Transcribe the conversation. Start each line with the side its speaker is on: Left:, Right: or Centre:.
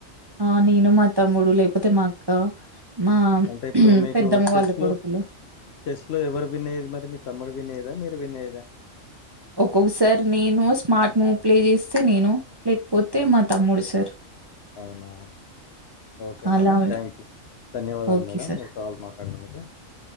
Right: ఆ నేను మా తమ్ముడు లేకపోతే మా అక్క మా
Left: అంటే ఇప్పుడు మీకు
Right: పెద్దమ్మ
Left: చెస్
Right: వాళ్ళ
Left: లో
Right: కొడుకులు.
Left: చెస్ లో ఎవరు విన్ అయ్యేదా మరి మీ తమ్ముడు వినేయదా మీరు <unintelligible>
Right: ఒక్కొక్కసారి నేను స్మార్ట్ మూ ప్లే చేస్తే నేను లేకపోతే
Left: ఆ!
Right: మా తమ్ముడు సార్
Left: అవునా ఓకే
Right: అలా
Left: మేడం థ్యాంక్ యూ ధన్యవాదాలు
Right: ఓకే
Left: మేడం
Right: సార్
Left: మీరు కాల్ మాట్లాడినందుకు